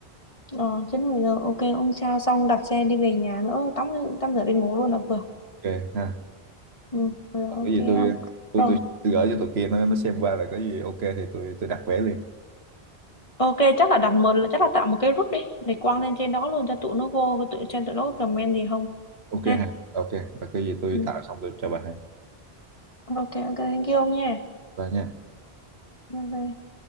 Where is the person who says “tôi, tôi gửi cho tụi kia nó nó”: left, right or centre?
Right